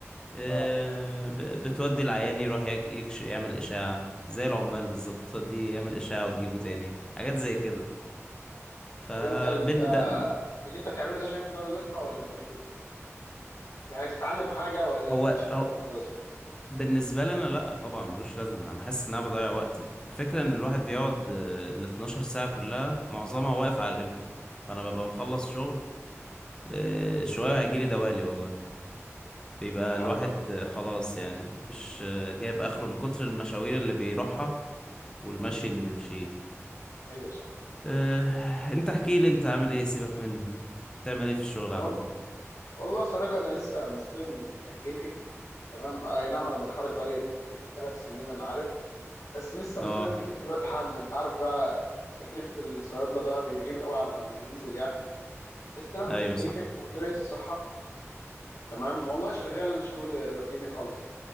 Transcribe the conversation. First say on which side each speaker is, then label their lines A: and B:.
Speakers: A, on the left; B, on the left.
A: آه،
B: اه
A: ب- بتودي العيان يروح يك- يكش يعمل إشاعة زي العمال بالظبط توديه يعمل إشاعة وتجيبه تاني حاجات زي كده فبين
B: طب انت اللي انت
A: ده
B: اللي انت بتعمله ده شايف ان هو له لازمه ولا ملوش لازمه يعني بتتعلم حاجه ولا
A: هو
B: مفيش حاجه خالص
A: بالنسبة لي أنا لأ طبعا ملوش لازمة أنا حاسس إن أنا بضيع وقتي الفكرة إن الواحد بيقعد آه، ال 12 ساعة كلها معظمها واقف على رجله فأنا ببقى مخلص
B: مم.
A: شغل آه، شوية هيجيلي دوالي والله بيبقى
B: لا حول
A: الواحد
B: ولا قوه
A: آه،
B: الا
A: خلاص
B: بالله
A: يعني مش آه، جايب آخره من كتر المشاوير اللي بيروحها والمشي
B: امم
A: اللي بيمشيه
B: ايوه صح
A: آه، أنت احكي لي أنت عامل إيه سيبك مني بتعمل إيه في الشغل
B: وال...
A: عندك
B: والله يا صديقي انا لسه مستلم تكليفي تمام آه، اي نعم انا متخرج بقالي ثلاث سنين انا عارف بس لسه مستلم
A: أه
B: تكليفي دلوقتي حالا انت عارف بقى تكليف الصيادله ده بيغيب قوي على ما بينزل يعني استلمت
A: أيوه
B: تكليفي
A: صح
B: في مديريه الصحه تمام والله شغال شغل روتيني خالص